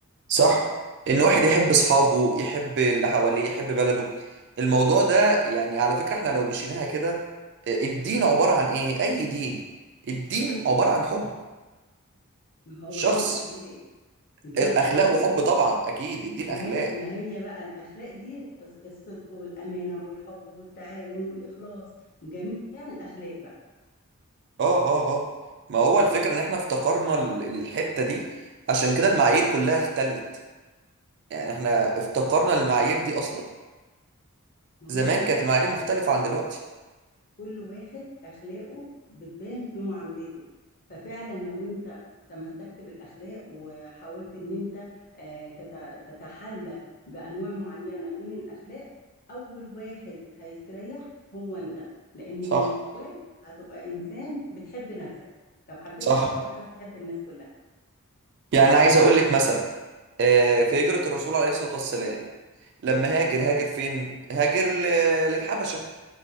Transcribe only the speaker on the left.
ما هو
الدين أخلاق الدين
أخلاق
ما
هي ما هي بقى الأخلاق دي الص- الصدق والأمانة والحب والتعاون والإخلاص جميع الأخلاق بقى
ما
هو
كل واحد أخلاقه بتبان في معاملته ففعلا لو أنت تمسكت بالأخلاق وحاولت إن أنت آه، تت- تتحلى بأنواع معينة من الأخلاق أول واحد هيستريح هو أنت لأن
من جواك هتبقى إنسان بتحب نفسك لو حبيت
نفسك هتعرف تحب الناس كلها
عليه الصلاة
والسلام.